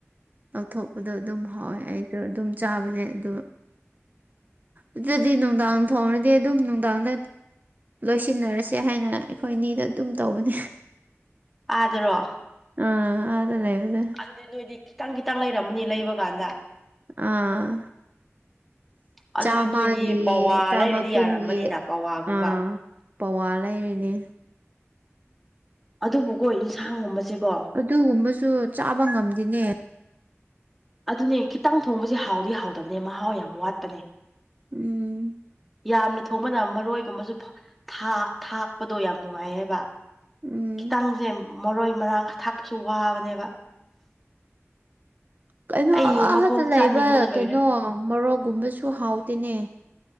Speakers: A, on the right; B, in the centre.
A: ꯑꯦ ꯂꯧꯊꯣꯛꯄꯗꯣ ꯑꯗꯨꯝ ꯍꯥꯎꯋꯦ ꯑꯩꯁꯨ ꯑꯗꯨꯝ ꯆꯥꯕꯅꯦ ꯑꯗꯨ ꯑꯗꯨꯗꯤ ꯅꯨꯡꯗꯥꯡ ꯊꯣꯡꯔꯗꯤ ꯑꯗꯨꯝ ꯅꯨꯡꯗꯥꯡꯗ ꯂꯣꯏꯁꯤꯟꯅꯔꯁꯦ ꯍꯥꯏꯅ ꯑꯩꯈꯣꯏꯅꯤꯗ ꯑꯗꯨꯝ ꯇꯧꯕꯅꯦ
B: ꯑꯥꯗꯔꯣ
A: ꯑ ꯑꯥꯗ ꯂꯩꯔꯒ
B: ꯑꯗꯨꯗꯤ ꯅꯣꯏꯗꯤ ꯈꯤꯇꯪ ꯈꯤꯇꯪ ꯂꯩꯔꯝꯃꯅꯤ ꯂꯩꯕ ꯀꯥꯟꯗ
A: ꯑꯥ
B: ꯑꯗꯨꯗꯤ
A: ꯆꯥꯃꯒꯤ
B: ꯅꯣꯏꯗꯤ ꯄꯋꯥ
A: ꯆꯥꯝꯃ
B: ꯂꯩꯔꯗꯤ
A: ꯀꯨꯟꯒꯤ
B: ꯌꯥꯔꯝꯃꯅꯤꯅ ꯄꯋꯥꯒꯨꯝꯕ
A: ꯑꯥ ꯄꯋꯥ ꯂꯩꯔꯤꯅꯦ
B: ꯑꯗꯨꯕꯨꯀꯣ ꯏꯟꯁꯥꯡꯒꯨꯝꯕꯁꯦꯀꯣ
A: ꯑꯗꯨꯒꯨꯝꯕꯁꯨ ꯆꯥꯕ ꯉꯝꯗꯦꯅꯦ
B: ꯑꯗꯨꯅꯦ ꯈꯤꯇꯪ ꯊꯣꯡꯕꯖꯦ ꯍꯥꯎꯗꯤ ꯍꯥꯎꯗꯕꯅꯦ ꯃꯍꯥꯎ ꯌꯥꯝ ꯋꯥꯠꯄꯅꯦ
A: ꯎꯝ
B: ꯌꯥꯝꯅ ꯊꯣꯡꯕꯅ ꯃꯔꯣꯏꯒꯨꯝꯕꯁꯨ ꯐꯥ ꯊꯥꯛꯄꯗꯣ ꯌꯥꯝ ꯅꯨꯡꯉꯥꯏꯌꯦꯕ
A: ꯎꯝ
B: ꯈꯤꯇꯪꯁꯦ ꯃꯔꯣꯏ ꯃꯔꯥꯡ ꯊꯥꯛꯄꯁꯨ ꯋꯥꯕꯅꯦꯕ
A: ꯀꯩꯅꯣ
B: ꯑꯩ
A: ꯑꯥꯗ
B: ꯃꯈꯣꯡ
A: ꯂꯩꯕ
B: ꯆꯥꯅꯤꯡꯕꯅ ꯂꯣꯏꯔꯦ
A: ꯀꯩꯅꯣ ꯃꯔꯣꯛꯒꯨꯝꯕꯁꯨ ꯍꯥꯎꯇꯦꯅꯦ